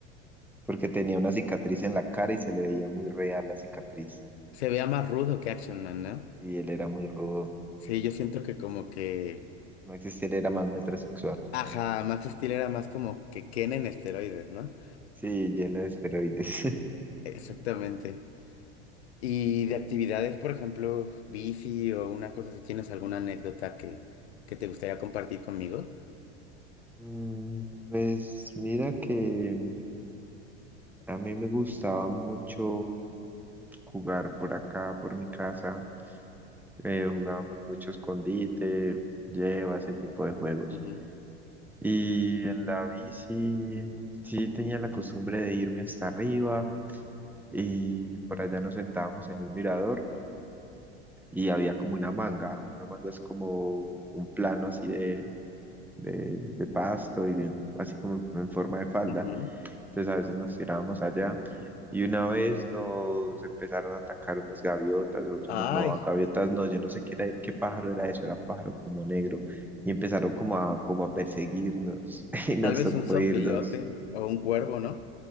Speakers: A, in the centre; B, on the left.
A: Porque tenía una cicatriz en la cara y se le veía muy real la cicatriz.
B: Se veía más rudo que Action Man, ¿no?
A: Y él era muy rudo.
B: Sí, yo siento que como que...
A: Max Steel era más metrosexual.
B: Ajá, Max Steel era más como que Ken en esteroides, ¿no?
A: Sí, lleno de esteroides. <laughs>
B: Exactamente. Y de actividades, por ejemplo, bici o una cosa, si tienes alguna anécdota que, que te gustaría compartir conmigo.
A: Mm, Pues mira que a mí me gustaba mucho jugar por acá, por mi casa. Eh, jugábamos mucho escondite, lleva, ese tipo de juegos.
B: Ujú,
A: Y en la bici sí tenía la costumbre de irme hasta arriba y por allá nos sentábamos en un mirador y había como una manga. Una manga es como un plano así de, de, de pasto y de un- así como en en forma de falda.
B: ujú.
A: Entonces a veces nos tirábamos allá. Y una vez nos empezaron a atacar unas gaviotas, o yo
B: Ay,
A: no, no, gaviotas no, yo no sé qué era, qué pájaro era eso, era pájaro como negro, y empezaron como a, como a perseguirnos, <laughs> y nos
B: tal vez
A: tocó
B: un sopilote
A: irnos.
B: o un cuervo, ¿no?